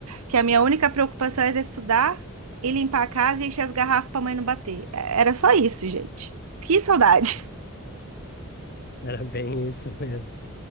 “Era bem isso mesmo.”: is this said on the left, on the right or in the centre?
Left